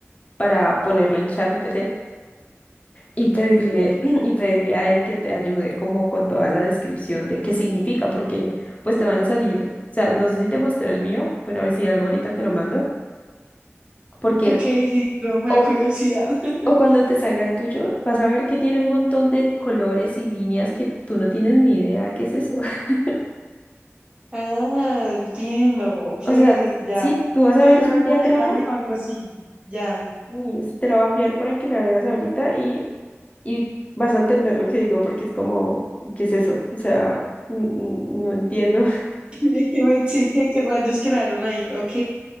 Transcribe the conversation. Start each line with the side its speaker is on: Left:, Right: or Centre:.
Left: para ponerlo en ChatGPT. Y pedirle, <clears throat> y pedirle a él que te ayude como con toda la descripción de qué significa, porque pues te van a salir, o sea, no sé si te mostré el mío, bueno, a ver si algo ahorita te lo mando, porque
Right: Ok, sí, pero me
Left: o,
Right: da curiosidad. <laughs>
Left: o cuando te salga el tuyo, vas a ver que tiene un montón de colores y líneas que tú no tienes ni idea qué es eso. <laughs>
Right: Ah, entiendo, ok,
Left: O sea,
Right: ya.
Left: sí, tú vas a
Right: Te
Left: ver
Right: genera
Left: es un
Right: como
Left: diagrama
Right: la imagen o algo así, ya.
Left: y s- te lo voy a enviar para que la veas ahorita y, y vas a entender lo que digo porque es como, ¿qué es eso? O sea, n- n- no entiendo.
Right: Ay, ¿Qué, me- sí, qué, qué rayos crearon ahí? Ok.